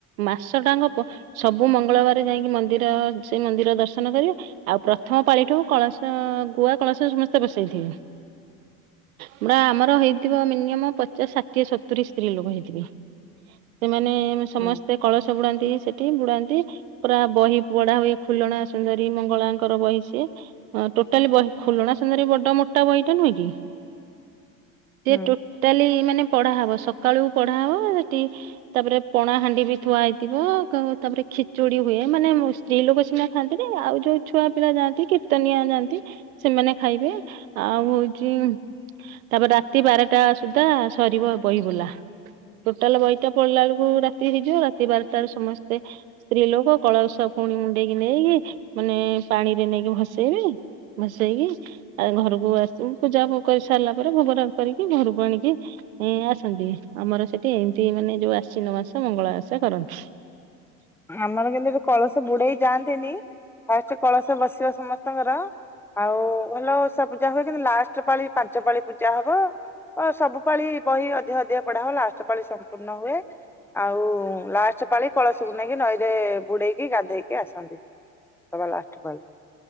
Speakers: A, on the right (about 70°); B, in the centre.
A: ମାସ ଟାଆଙ୍କ ସବୁ ମୁଁ ମଙ୍ଗଳବାର ଯାଇକି ମନ୍ଦିର ସେ ମନ୍ଦିର ଦର୍ଶନ କରିବେ। ଆଉ ପ୍ରଥମ ପାଳିଠୁ କଳସ ଗୁଆ କଳସ ସମସ୍ତେ ବସେଇଥିବେ। ପୁରା ଆମର ହେଇଥିବ ମିନିଅମ୍ ପଚାଶ ଷାଠିଏ ସତୁରି ସ୍ତ୍ରୀ ଲୋକ ହେଇଥିବେ। ସେମାନେ ସମସ୍ତେ
B: ହୁଁ
A: କଳସ ବୁଡାନ୍ତି। ସେଠି ବୁଡାନ୍ତି, ପୁରା ବହି ପଢା ହୁଏ ଖୁଲଣା ସୁନ୍ଦରୀ ମଙ୍ଗଳାଙ୍କର ବହି ସିଏ। ହଁ ଟୋଟାଲି ବ ଖୋଲଣା ସୁନ୍ଦରୀ ବଡ ମୋଟା ବହିଟା ନୁହେଁ କି? ସିଏ
B: ହୁଁ।
A: ଟୋଟାଲି ମାନେ ପଢାହବ, ସକାଳୁକୁ ପଢାହବ। ତି ତାପରେ ପଣା ହାଣ୍ଡି ବି ଥୁଆ ହେଇଥିବ। ତାପରେ ଖିଚୁଡି ହୁଏ, ମାନେ ସ୍ତ୍ରୀ ଲୋକ ସିନା ଖାଆନ୍ତିନି ଆଉ ଯୋଉ ଛୁଆ ପିଲା ଯାଆନ୍ତି କୀର୍ତ୍ତନିଆ ଯାଆନ୍ତି। ସେମାନେ ଖାଇବେ, ଆଉ ହଉଛି ତାପରେ ରାତି ବାରଟା ସୁଦ୍ଧା ସରିବ ବହି ବୁଲା। ଟୋଟାଲ ବହିଟା ପଳିଲା ବେଳକୁ ରାତି ହେଇଯିବ, ରାତି ବାରଟାରେ ସମ ତେ ସ୍ତ୍ରୀ ଲୋକ କଳସ ପୁଣି ମୁଣ୍ଡେଇକି ନେଇକି ମାନେ ପାଣିରେ ନେଇକି ଭସେଇବେ, ଭସେଇକି ତାପରେ ଘରକୁ ଆସିି ପୂଜା କରି ସାରିଲା ପରେ ଭୋଗରାଗ କରିକି ଘରକୁ ଆଣିକି ଏଁ ଆସନ୍ତି, ଆମର ସେଠି ଏମିତି ମାନେ ଯୋଉ ଆଶ୍ୱିନ ମାସ ମଙ୍ଗଳା ଓଷା କରନ୍ତି।
B: ଆମର କିନ୍ତୁ କଳସ ବୁଡେଇ ଯାଆନ୍ତିନି। ଫାଷ୍ଟ କଳସ ବସିବ ସମସ୍ତଙ୍କର, ଆଉ ଭଲଓଷା ପୂଜା ହୁଏ କିନ୍ତୁ ଲାଷ୍ଟ ପାଞ୍ଚପାଳି ପାଞ୍ଚ ପାଳି ପୂଜା ହବ। ଓ ସବୁ ପାଳି ବହି ଅଧେ ଅଧିକା ପଢା ହବ ଲାଷ୍ଟ ପାଳି ସମ୍ପୂର୍ଣ୍ଣ ହୁଏ। ଆଉ ଲାଷ୍ଟ ପାଳି କଳସକୁ ନେଇକି ନଈରେ ବୁଡେଇକି ଗାଧେଇକି ଆସନ୍ତି, ସବା ଲାଷ୍ଟ ପାଳି।